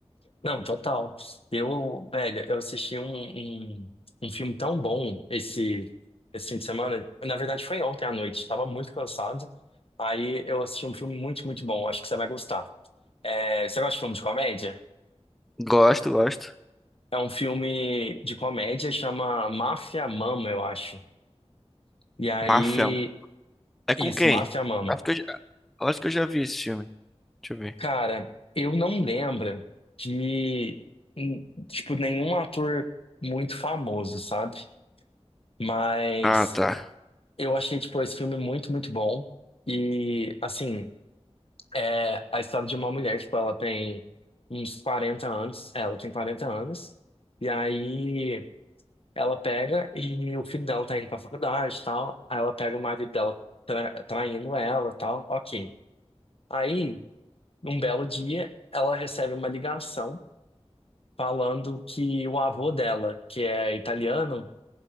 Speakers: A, on the left (about 60°); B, in the centre.
A: Não, total. Eu, velho, eu assisti um, um, um filme tão bom esse, esse fim de semana. Na verdade, foi ontem à noite. Estava muito cansado. Aí eu assisti um filme muito, muito bom. Acho que você vai gostar. É, você gosta de filme de comédia?
B: Gosto, gosto.
A: É um filme de comédia, chama Máfia Mama, eu acho. E aí
B: Máfia. É com
A: Isso,
B: quem?
A: Máfia Mama.
B: Acho que eu já, acho que eu já vi esse filme. Deixa eu ver.
A: Cara, eu não lembro de, hum, tipo, nenhum ator muito famoso, sabe? Mas
B: Ah, tá.
A: eu achei, tipo, esse filme muito, muito bom. E, assim, é a história de uma mulher, tipo, ela tem uns 40 anos. é, Ela tem 40 anos. E aí ela pega e o filho dela tá indo pra faculdade e tal. Aí ela pega o marido dela tra- traindo ela e tal. Ok. Aí. Um belo dia, ela recebe uma ligação falando que o avô dela, que é italiano,